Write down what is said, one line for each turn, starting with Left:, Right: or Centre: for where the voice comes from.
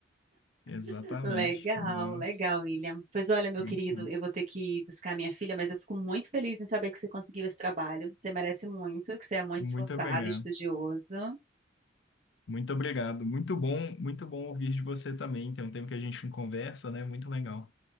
Left: exatamente.
Right: <laughs> Legal,
Left: Nós,
Right: legal, William. Pois olha, meu
Left: muito
Right: querido,
Left: massa.
Right: eu vou ter que buscar minha filha, mas eu fico muito feliz em saber que você conseguiu esse trabalho. Você merece muito, que você é muito
Left: Muito
Right: esforçado,
Left: obrigado.
Right: estudioso.
Left: Muito obrigado. Muito bom, muito bom ouvir de você também. Tem um tempo que a gente não conversa, né? Muito legal.